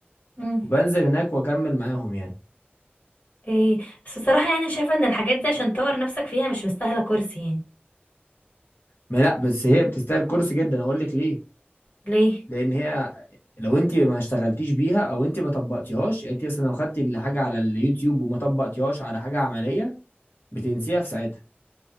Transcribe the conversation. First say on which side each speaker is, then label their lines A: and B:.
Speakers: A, on the left (about 45°); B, on the left (about 65°).
A: مم،
B: وبنزل هناك واكمل معاهم يعني
A: اوكي بس بصراحه يعني شايفه ان الحاجات دي عشان تطور نفسك فيها مش مستاهله كورس يعني
B: ما لا بس هي بتستاهل كورس جدا اقول لك ليه
A: ليه
B: لان هي لو انت ما اشتغلتيش بيها او انت ما طبقتيهاش يعني انت مثلا لو خدتي الحاجه على اليوتيوب وما طبقتيهاش على حاجه عمليه بتنسيها في ساعتها